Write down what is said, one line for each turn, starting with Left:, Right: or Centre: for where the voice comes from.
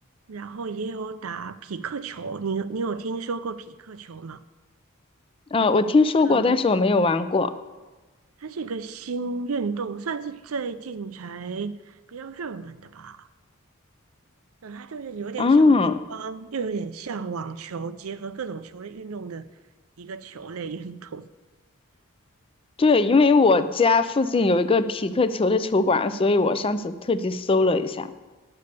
Right: 然后也有打匹克球。你你有听说过匹克球吗？
Left: 呃，我听说过，
Right: 这个
Left: 但是我没有玩过。
Right: 它是一个新运动，算是最近才比较热门的吧。对，它就是有点像乒乓，
Left: 啊，
Right: 又有点像网球，结合各种球类运动的一个球类运动
Left: 对，因为我家附近有一个匹克球的球馆，所以我上次特地搜了一下，